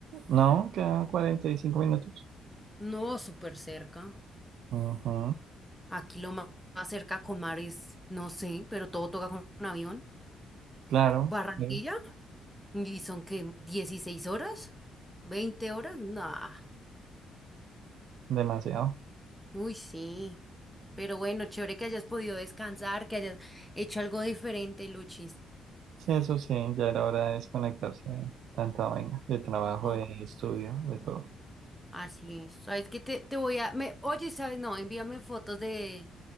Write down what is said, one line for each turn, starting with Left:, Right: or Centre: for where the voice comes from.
Right: No, quedan 45 minutos.
Centre: No, súper cerca.
Right: Ujú,
Centre: Aquí lo ma- más cerca con mar es, no sé, pero todo toca con un avión.
Right: Claro,
Centre: Barranquilla,
Right: de-
Centre: y son que 16 horas, 20 horas, nah.
Right: demasiado.
Centre: Uy, sí. Pero bueno, chévere que hayas podido descansar, que hayas hecho algo diferente, Luchis.
Right: Sí, eso sí, ya era hora de desconectarse de tanta vaina, de trabajo,
Centre: Oh,
Right: de estudio, de todo.
Centre: así es. ¿Sabes qué? Te, te voy a... Me... Oye, ¿sabes? No, envíame fotos de